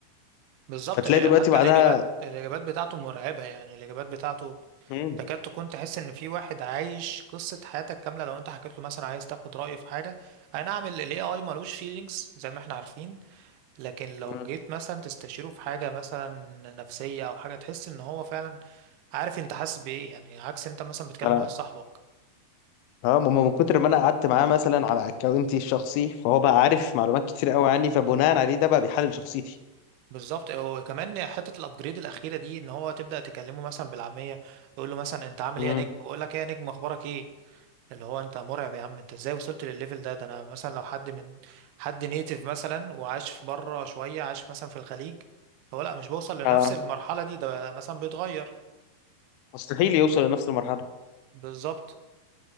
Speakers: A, on the right; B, on the left.
A: بالظبط
B: فتلاقي
A: اللي-
B: دلوقتي
A: حتى
B: بعدها
A: الإجابات الإجابات بتاعته مرعبة يعني الإجابات بتاعته
B: مم.
A: تكاد تكون تحس ان في واحد عايش قصة حياتك كاملة لو انت حكيت له مثلا عايز تاخد رأيه في حاجة اي نعم ال AI ملوش feelings زي ما احنا عارفين لكن لو
B: مم.
A: جيت مثلا تستشيره في حاجة مثلا نفسية او حاجة تحس ان هو فعلا عارف انت حاسس بايه يعني عكس انت مثلا بتكلم
B: مم.
A: واحد صاحبك
B: اه ما هو من كتر ما انا قعدت معاه مثلا على اكونتي الشخصي فهو بقى عارف معلومات كتير قوي عني فبناء عليه ده بقى بيحلل شخصيتي
A: بالظبط وكمان حته الابجريد الاخيره دي ان هو تبدا تكلمه مثلا بالعاميه يقول له مثلا انت عامل
B: امم
A: ايه يا نجم يقول لك ايه يا نجم اخبارك ايه اللي هو انت مرعب يا عم انت ازاي وصلت للليفل ده ده انا مثلا لو حد من حد نيتيف مثلا وعاش في بره شوية عاش مثلا في الخليج هو لا مش بوصل لنفس
B: اه
A: المرحلة دي ده مثلا بيتغير
B: مستحيل يوصل لنفس المرحله
A: بالظبط